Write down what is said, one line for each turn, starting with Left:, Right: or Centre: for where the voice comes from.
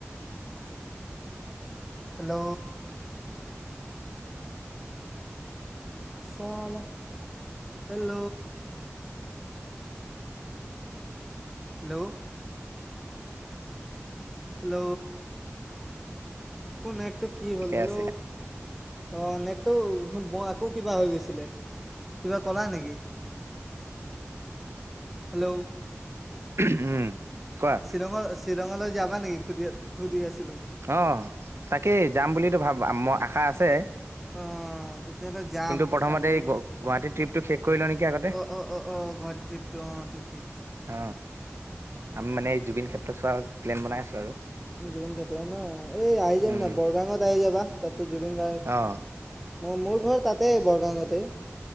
Centre: হেল্ল, চালা, হেল্ল, হেল্ল, হেল্ল, তো নেটতো কি হ'ল,
Right: ঠিকে
Centre: হেল্ল,
Right: আছে
Centre: অ, নেটতো আকৌ কিবা হৈ গৈছিলে, কিবা ক'লা নেকি? হেল্ল,
Right: উম, কোৱা।
Centre: শ্বিলঙলৈ, শ্বিলঙলৈ যাবা নেকি? সুধি, সুধি আছে।
Right: অ, তাকেই যাম বুলিটো ভাব, ম, আশা আছে।
Centre: অ, তেতিয়াহ'লে যাম
Right: কিন্তু প্ৰথমতে
Centre: কালি,
Right: এই গু গুৱাহাটী ট্ৰিপটো শেষ কৰি লওঁ নেকি আগতে
Centre: অ, অ, অ, অ, গুৱাহাটী ট্ৰিপটো, অ, ঠিক। ঠিক।
Right: অ, আমি মানে এই জুবিন ক্ষেত্ৰ চোৱাৰ প্লেন বনাই আছো আৰু।
Centre: জুবিন ক্ষেত্ৰ ন, এই আহি যাব
Right: উম
Centre: ন, বৰগাঙত আহি যাবা, তাতো জুবিন গাৰ্গ
Right: অ
Centre: মোৰ মোৰ ঘৰ তাতেই বৰগাওঁতে।